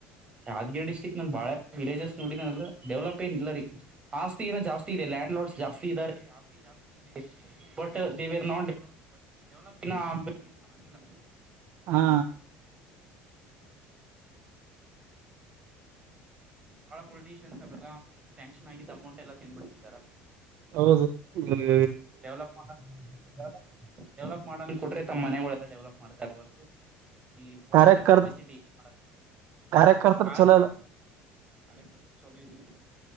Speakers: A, on the right; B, on the right.
A: ಯಾದ್ಗೀರ್ ಡಿಸ್ಟಿಕ್ ನ ಬಾಳೆ ವಿಲೇಜಸ್ ನೋಡಿ ನಲ್ಲ ಡೆವಲಪ್ ಏನ್ ಇಲ್ಲ ರೀ ಆಸ್ತಿ ಏನ ಜಾಸ್ತಿ ಇದೆ ಲ್ಯಾಂಡ್ ಲಾಸ್ ಜಾಸ್ತಿ ಇದ್ದಾರೆ ಆಸ್ತಿ ಜಾಸ್ತಿ ಇದೆ ಬಟ್ ದೇವಾರ ನಾ ಡೆವಲಪ್ ಬ ಡೆವಲಪ್ ಇನ ಆಗ್ಬೇಕ್ರಿ ಆಗಿಲ್ಲ
B: ಹಾ
A: ಬಹಳ ಪೊಲಿಟಿಷಿಯನ್ಸ್ ಅವೆಲ್ಲ ಶ್ಯಾಂಕ್ಷನ್ ಆಗಿದ್ದ ಅಮೌಂಟ್ ಎಲ್ಲಾ ತಿನ್ಬಿಡ್ತಿದಾರ.
B: ಹೌದು ಇಹ
A: ಡೆವಲಪ್ ಮಾಡ ಡೆವಪ್ ಡೆವಲಪ್ ಮಾಡೋನ್ ಕೊಟ್ರೆ ತಮ್ಮ ಮನೆಗಳೆಲ್ಲ ಡೆವಲಪ್ ಮಾಡ್ತಾರ್ ಹೊರ್ತು. ಈ ಹೊರಗಡೆ
B: ಕಾರ್ಯಕರ್
A: ಪಬ್ಲಿಸಿಟಿ ಮಾಡ
B: ಕಾರ್ಯಕರ್ತರು
A: ಕಾರ್.
B: ಚಲೋ ಇಲ್ಲ
A: ಕಾರ್ಯಕರ್ತ ಚೊಲೊ ಇಲ್ಲ.